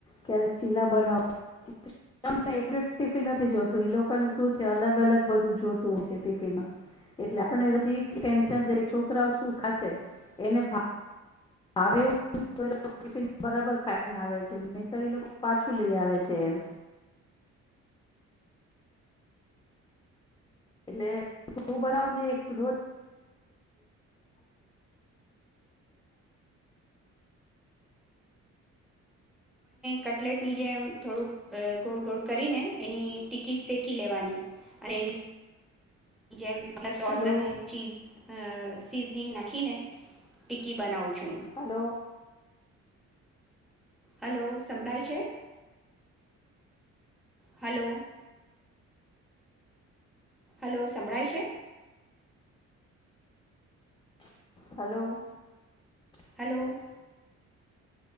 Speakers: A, on the left; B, in the centre.
A: ક્યારેક ચીલા બનાવું. તમને એકલું ટીફિન નથી જોતું લોકોને શું છે અલગ અલગ બધું જોતું હોય છે ટીફિનમાં, એટલે આપી ટેન્શન છોકરાઓ શું ખાશે, એને હ એવું ટફિન બરાબર ખાઈને આવે છે, નહી તો એ લોકો પાછું લઈ આવે છે એમ. એટલે શું બનાવુંને રોજ
B: કટલેટ ની જેમ થોડુંક ગોળ ગોળ કરીને એની ટીકી શેકી લેવાની, અને એની જેમ સોસ
A: હલો
B: અને ચીઝ અ નાખીને ટીકી બનાવું છું.
A: હલો.
B: હલો. સંભળાય છે. હલો. હલો સંભળાય છે.
A: હલો.
B: હલો.